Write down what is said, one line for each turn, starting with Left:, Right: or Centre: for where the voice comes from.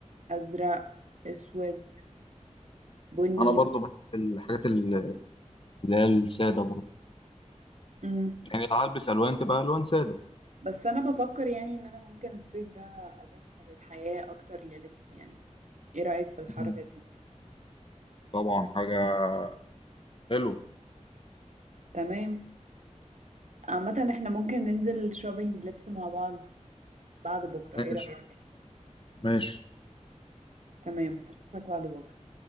Right: أزرق أسود بني
Left: أنا برضو بحب الحاجات ال- اللي هي السادة برضو
Right: مم.
Left: يعني لو هلبس ألوان تبقى ألوان سادة
Right: بس أنا بفكر يعني إن أنا ممكن الصيف ده أدخل الحياة أكتر للبسي يعني إيه رأيك في الحركة
Left: مم.
Right: دي؟
Left: طبعا حاجة حلوة
Right: تمام عامة إحنا ممكن ننزل شوبينج لبس مع بعض بعد بكرة
Left: ماشي
Right: إيه رأيك؟
Left: ماشي
Right: تمام أشوفك بعد بكرة